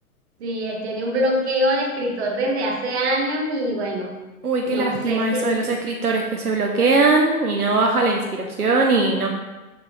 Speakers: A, on the right; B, on the right.
A: sí, él tiene un bloqueo de escritor desde hace años y bueno,
B: Uy, qué
A: no
B: lástima
A: sé si,
B: eso de los escritores que se bloquean y no baja la inspiración y no.